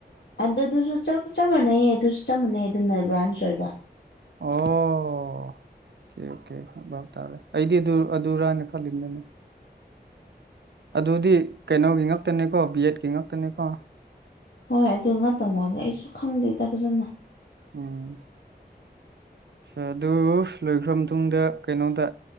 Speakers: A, on the left (about 80°); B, on the right (about 80°).
A: ꯑꯗꯨ ꯑꯗꯨꯁꯨ ꯆꯞ ꯆꯞ ꯃꯥꯟꯅꯩꯌꯦ ꯑꯗꯨꯁ ꯆꯞ ꯃꯥꯟꯅꯩ ꯑꯗꯨꯅ ꯕ꯭ꯔꯥꯟꯁ ꯑꯣꯏꯕ
B: ꯑꯣ ꯀꯦ ꯀꯦ ꯚꯥꯞ ꯇꯥꯔꯦ ꯑꯩꯗꯤ ꯑꯗꯨ ꯑꯗꯨꯔꯥꯅ ꯈꯜꯂꯤꯕꯅꯤꯅꯦ ꯑꯗꯨꯗꯤ ꯀꯩꯅꯣꯒꯤ ꯉꯇꯅꯦꯀꯣ ꯕꯤ ꯑꯦꯠ ꯀꯤ ꯉꯥꯛꯇꯅꯤꯀꯣ
A: ꯍꯣꯏ ꯑꯗꯨ ꯉꯥꯛꯇꯧ ꯃꯥꯜꯂꯦ ꯑꯩꯁꯨ ꯈꯪꯗꯦꯗ ꯐꯖꯅ <inaudible>
B: ꯎꯝ
A: <inaudible>
B: ꯑꯗꯨ ꯂꯣꯏꯈ꯭ꯔ ꯃꯇꯨꯡꯗ ꯀꯩꯅꯣꯗ